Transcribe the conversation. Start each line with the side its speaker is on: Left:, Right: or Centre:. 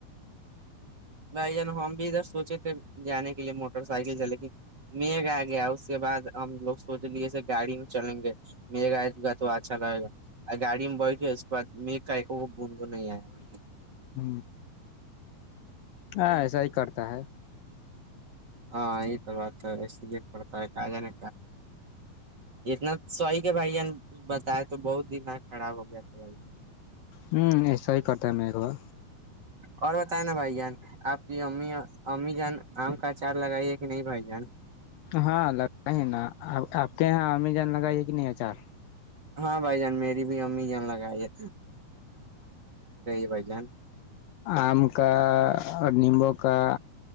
Right: بھائی جان ہم بھی ادھر سوچے تھے جانے کے لیے موٹر سائیکل سے لیکن میگھ آ گیا اس کے بعد ہم لوگ سوچ لیے گاڑی میں چلیں گے میگھ آ گا تو اچھا لگے گا گاڑی میں بیٹھ گئے اس کے بعد میگھ کا ایکو گو بند نہیں آیا بھائی
Left: ہ ہاں ایسا ہی کرتا ہے
Right: ہاں یہ تو بات ہے اسی لیے پڑتا ہے کا جانے اتنا سوری کہ بھائی جان بتائے تو بہت دماغ خراب ہو گیا تھا بھائی
Left: ہمم ایسا ہی کرتا ہے میگھوا
Right: اور بتائے نا بھائی جان آپ کی امی امی جان آم کا اچار لگائی کہ نہیں بھائی جان
Left: ہاں لگتا ہے‌ نا آپ کہ یہاں امی جان لگائی کہ نہیں اچار
Right: ہاں بھائی جان میری بھی امی جان لگا <unintelligible> بھائی جان
Left: آم کا اور نیمبو کا